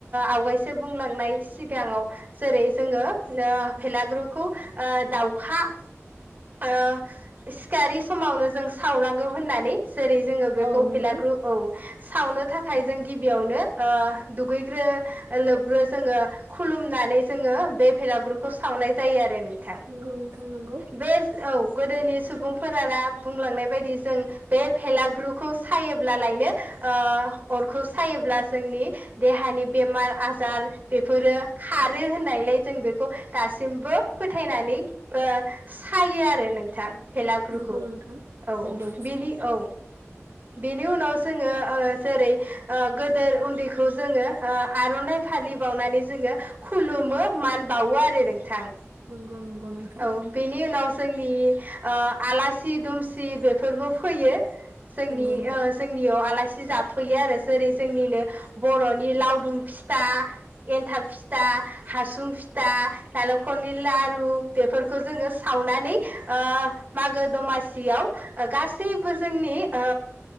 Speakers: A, on the right; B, on the right.
A: आवगायसो बुंलांनाय सिगाङाव जेरै जोङो भेलाग्रुखौ ओ दाउखा ओ सिखारि समावनो जों सावनांगौ होननानै जेरै जोङो बेखौ
B: औ नंगौ
A: फिलाग्रु औ सावनो थाखाय जों गिबियावनो ओ दुगैग्रो लोबग्रो जोङो खुलुमनानै जोङो बे भेलागुरुखौ सावनाय जायो आरो। थां
B: नंगौ नोंथां नंगौ
A: बे औ गोदोनि सुबुंफोराना बुंलांनाय बायदि जों बे भेलागुरखौ सायोब्ला लायनो ओ अरखौ सायोब्ला जोंनि देहानि बेमार आजार बेफोरो खार होननायलाय जों बेखौ दासिम मबो फोथायनानै ओ सायो आरो नोंथां भेलागुरखौ
B: नंगौ नोंथां
A: औ
B: नंगौ
A: बिनि औ बेनि उनाव जोङो ओ जेरै ओ गोदोर उन्दैखौ जोङो आर'नाइ फालि बावनानै जोङो। खुलुमो मान बावो आरो नोंथां।
B: नंगौ नंगौ नोंथां
A: औ बेनि उनाव जोंनि ओ आलासि दुमसि बेफोरबो फैयो। जोंनि
B: नंगौ नोंथां
A: ओ जोंनियाव आलासि जा फैयो आरो जेरै जोंनिनो बर'नि लावदुम फिथा एन्थाब फिथा फिथा हासुं फिथा नालेंखरनि लारु बेफोरखौ जोङो सावनानै ओ मागो दमासियाव गासैबो जोंनि ओ